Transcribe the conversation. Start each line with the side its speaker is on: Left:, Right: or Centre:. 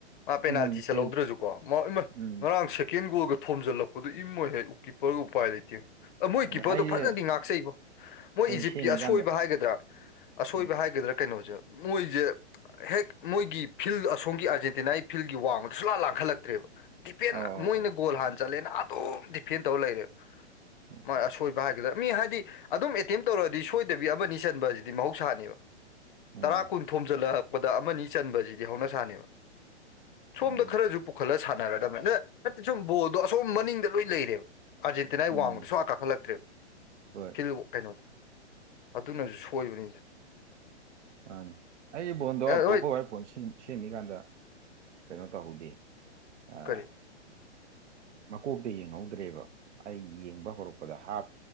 Left: ꯃꯥ ꯄꯦꯅꯥꯜꯇꯤ
Right: ꯎꯝ
Left: ꯆꯠꯍꯧꯗ꯭ꯔꯁꯨꯀꯣ
Right: ꯆꯦꯜꯂꯤ
Left: ꯃꯥ ꯏꯃꯥꯢ
Right: ꯎꯝ
Left: ꯉꯔꯥꯡ ꯁꯦꯀꯦꯟ ꯒꯣꯜꯒ ꯊꯣꯝꯖꯜꯂꯛ ꯑꯗꯨ ꯏꯃꯣꯏ ꯍꯦꯛ ꯑꯦꯛ ꯀꯤꯞꯄꯔꯒ ꯎꯄꯥꯏ ꯂꯩꯇꯦ ꯃꯣꯏ
Right: ꯑꯩꯁꯦ
Left: ꯀꯤꯞꯄꯔꯗꯣ ꯐꯖꯅꯗꯤ ꯉꯥꯛꯆꯩꯕꯣ ꯃꯣꯏ
Right: ꯐꯣꯟ
Left: ꯏꯖꯤꯞꯀꯤ
Right: ꯁꯦꯝꯃꯤꯀꯥꯟꯗ
Left: ꯑꯁꯣꯏꯕ ꯍꯥꯏꯒꯗ꯭ꯔꯥ ꯑꯁꯣꯏꯕ
Right: ꯎꯝ
Left: ꯍꯥꯏꯒꯗ꯭ꯔꯥ ꯀꯩꯅꯣꯁꯦ ꯃꯣꯏꯁꯦ ꯍꯦꯛ ꯃꯣꯏꯒꯤ ꯐꯤꯜ ꯑꯁꯣꯝꯒꯤ ꯑꯥꯔꯖꯦꯟꯇꯤꯅꯥꯒꯤ ꯐꯤꯜꯒꯤ ꯋꯥꯡꯃꯗ ꯁꯨꯡꯂꯥꯟ ꯂꯥꯟꯈꯠꯂꯛꯇ꯭ꯔꯦꯕ ꯗꯤꯐꯦꯟ
Right: ꯑꯧ
Left: ꯃꯣꯏꯅ
Right: ꯑꯧ
Left: ꯒꯣꯜ ꯍꯥꯟꯅ ꯆꯠꯂꯦꯅ ꯑꯗꯨꯝ ꯗꯤꯐꯦꯟ ꯇꯧꯔ ꯂꯩꯔꯦ
Right: ꯑꯧ
Left: ꯃꯣꯏ ꯑꯁꯣꯏꯕ ꯍꯥꯏꯒꯗ꯭ꯔ ꯃꯤ ꯍꯥꯏꯗꯤ ꯑꯗꯨꯝ ꯑꯦꯇꯦꯝ ꯇꯧꯔꯗꯤ ꯁꯣꯏꯗꯕꯤ ꯑꯃꯅꯤ ꯆꯟꯕꯖꯤꯗꯤ ꯍꯥꯢꯁꯤꯗꯤ ꯃꯍꯧꯁꯥꯅꯦꯕ
Right: ꯎꯝ
Left: ꯇꯔꯥ ꯀꯨꯟ ꯊꯣꯝꯖꯜꯂꯛꯑ ꯄꯗ ꯑꯃ ꯅꯤ ꯆꯟꯕꯁꯤꯗꯤ ꯍꯧꯅꯁꯥꯅꯦꯕ ꯁꯣꯝꯗ
Right: ꯎꯝ
Left: ꯈꯔꯁꯨ
Right: ꯎꯝ
Left: ꯄꯨ ꯄꯨꯈꯠꯂ ꯁꯥꯟꯅꯔꯗꯝꯅꯦ ꯅꯥ ꯅꯠꯇꯦ ꯁꯨꯝ ꯕꯣꯜꯗꯣ ꯑꯁꯣꯝ ꯃꯅꯤꯡꯗ ꯂꯣꯏ ꯂꯩꯔꯦꯕ ꯑꯥꯔꯖꯦꯟꯇꯤꯅꯥꯏ
Right: ꯎꯝ
Left: ꯋꯥꯡꯃꯗ ꯁꯨꯀꯥ ꯀꯥꯈꯠꯂꯛꯇ꯭ꯔꯦꯕ
Right: ꯍꯣꯏ
Left: ꯐꯤꯜ ꯀꯩꯅꯣ ꯑꯗꯨꯅꯁꯨ ꯁꯣꯏꯕꯅꯤ
Right: ꯃꯥꯅꯦ ꯑꯩ ꯕꯣꯟꯗꯣ <unintelligible>
Left: ꯍꯣꯏ
Right: ꯁꯦꯝꯃꯤꯀꯥꯟꯗ ꯀꯩꯅꯣ ꯇꯧꯍꯧꯗꯦ ꯑꯥ
Left: ꯀꯔꯤ
Right: ꯃꯀꯣꯛꯇꯩ ꯌꯦꯡꯍꯧꯗ꯭ꯔꯦꯕ ꯑꯩ ꯌꯦꯡꯕ ꯍꯧꯔꯛꯄꯗ ꯍꯥꯞ